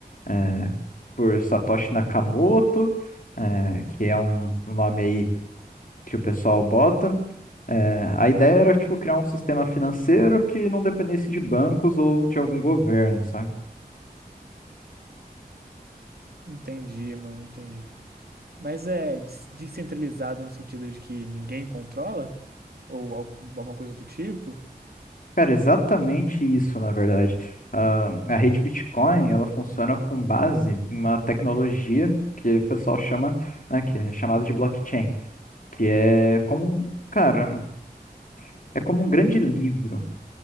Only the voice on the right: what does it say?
Entendi, mano, entendi. Mas é des- descentralizado no sentido de que ninguém controla? Ou algu- alguma coisa do tipo?